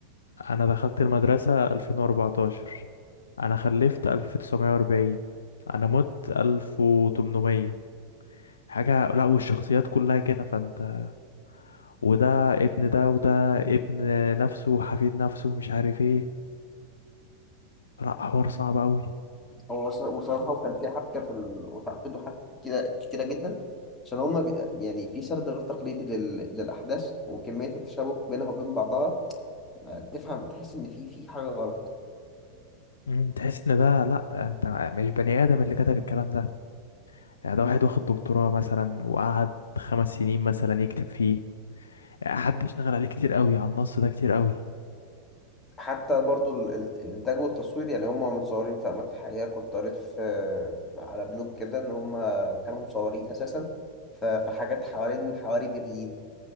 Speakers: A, on the left; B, on the left.
A: انا دخلت المدرسه 2014 انا خلفت 1940 انا مت 1800 حاجه لا والشخصيات كلها كده فانت وده ابن ده وده ابن نفسه حفيد نفسه مش عارف ايه لا حوار صعب قوي
B: هو ص- وصراحة وكان في حبكة في ال... وتعقيده حبكة كده كتيرة جدا عشان هما بي... يعني في سرد غير تقليدي لل... للأحداث وكمية التشابك بينها وبين بعضها آه، تفهم تحس إن في في حاجة غلط
A: مم، تحس ان ده لا انت مش بني ادم اللي كتب الكلام ده يعني ده واحد واخد دكتوراه مثلا وقعد خمس سنين مثلا يكتب فيه يعني حد اشتغل عليه كتير قوي على النص ده كتير قوي
B: حتى برضو ال... ال- الإنتاج والتصوير يعني هما متصورين في أماكن حقيقية كنت قريت في... على بلوج كده إن هما كانوا مصورين أساسا ف... في حاجات حوالين حواري برلين